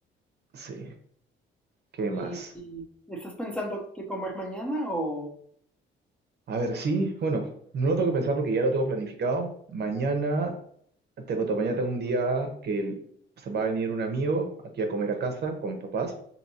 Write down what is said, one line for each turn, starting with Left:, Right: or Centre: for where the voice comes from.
Right: Sí. ¿Qué
Centre: ¿Y,
Right: más?
Centre: y estás pensando qué comer mañana o...?
Right: A ver, sí, bueno, no lo tengo que pensar porque ya lo tengo planificado. Mañana Te cuento, mañana tengo un día que el- se va a venir un amigo aquí a comer a casa con mis papás.